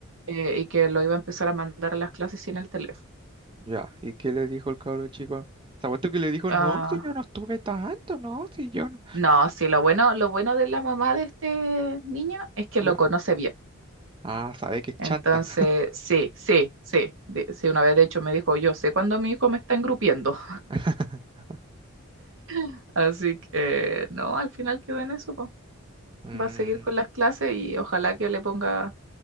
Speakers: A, on the right; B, on the right.
A: eh, y que lo iba a empezar a mandar a las clases sin el teléfono.
B: ya. ¿Y qué le dijo el cabro chico? ¿Sabes tú que le dijo?
A: Ah,
B: No, si yo no estuve tanto, no, si yo no.
A: no, sí, lo bueno, lo bueno de la mamá de este niño es que
B: Ya.
A: lo conoce bien.
B: Ah, sabe que es chanta.
A: Entonces, sí, sí, sí, de- sí, una vez de hecho me dijo, yo sé cuando mi hijo me está engrupiendo,
B: <laughs>
A: <laughs> así que no, al final quedó en eso, po.
B: Mm,
A: Va a seguir con las clases y ojalá que le ponga,